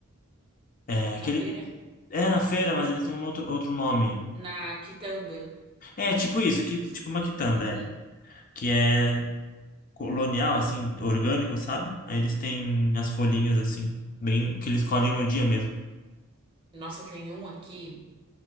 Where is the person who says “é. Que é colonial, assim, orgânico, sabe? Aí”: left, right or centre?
Left